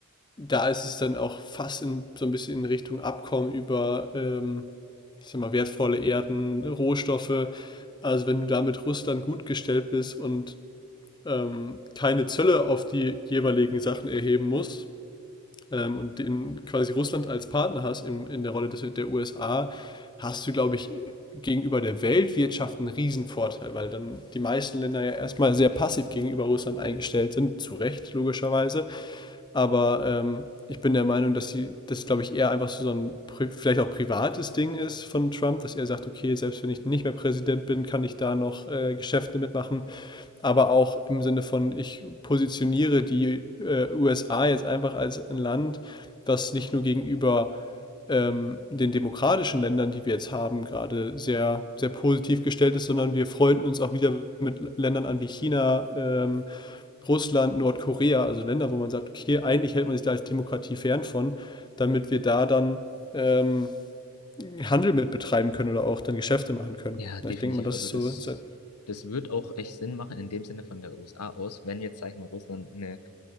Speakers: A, on the left (about 20°); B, on the left (about 80°).
A: da ist es dann auch fast in, so ein bisschen in Richtung Abkommen über, ähm, ich sag mal, wertvolle Erden, Rohstoffe. Also wenn du da mit Russland gut gestellt bist und ähm, keine Zölle auf die jeweiligen Sachen erheben musst ähm, und den, quasi Russland als Partner hast in, in der Rolle des, der USA, hast du, glaube ich, gegenüber der Weltwirtschaft einen Riesenvorteil, weil dann die meisten Länder ja erstmal sehr passiv gegenüber Russland eingestellt sind, zu Recht logischerweise. Aber ähm, ich bin der Meinung, dass die, das, glaube ich, eher einfach so ein pri- vielleicht auch privates Ding ist von Trump, dass er sagt, okay, selbst wenn ich nicht mehr Präsident bin, kann ich da noch äh, Geschäfte mitmachen. Aber auch im Sinne von, ich positioniere die äh, USA jetzt einfach als ein Land, das nicht nur gegenüber ähm, den demokratischen Ländern, die wir jetzt haben, gerade sehr, sehr positiv gestellt ist, sondern wir freunden uns auch wieder mit Ländern an wie China, ähm, Russland, Nordkorea, also Länder, wo man sagt, okay, eigentlich hält man sich da als Demokratie fern von, damit wir da dann ähm, Handel mit betreiben können oder auch dann Geschäfte machen können.
B: Ja, definitiv.
A: Na, ich denke mal, das
B: Also
A: ist
B: das,
A: so. so-
B: das wird auch echt Sinn machen in dem Sinne von der USA aus, wenn jetzt, sag ich mal, Russland eine